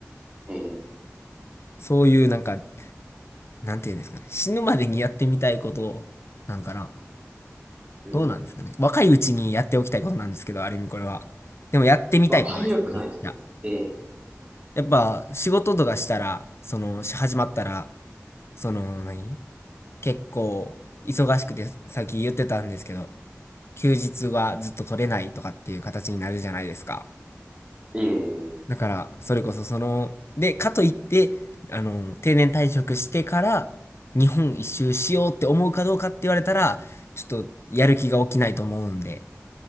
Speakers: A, on the right; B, on the left.
A: ええ
B: そういうなんかなんていうんですかね。死ぬまでにやってみたいことなんかな。
A: うん。
B: どうなんですかね。若いうちにやっておきたいことなんですけど、ある意味これは。でもやってみたいことですね。
A: まあ、体力ないとね。
B: めっちゃ
A: ええ
B: やっぱ仕事とかしたら、その、し始まったら、その何、結構忙しくて、さっき言ってたんですけど、休日はずっと取れないとかっていう形になるじゃないですか。
A: ええ
B: だから、それこそその、で、かといって、あの、定年退職してから、日本一周しようって思うかどうかって言われたら、ちょっとやる気が起きないと思うんで、